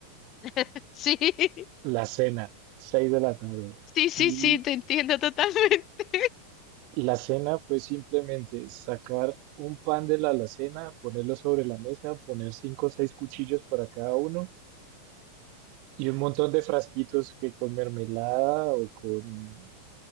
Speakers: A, on the left; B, on the right.
A: <laughs>
B: la cena, 6 de la tarde.
A: Sí, sí,
B: Y
A: sí, sí, te entiendo totalmente. <laughs>
B: la cena fue simplemente sacar un pan de la alacena, ponerlo sobre la mesa, poner cinco o seis cuchillos para cada uno Y un montón de frasquitos que con mermelada o con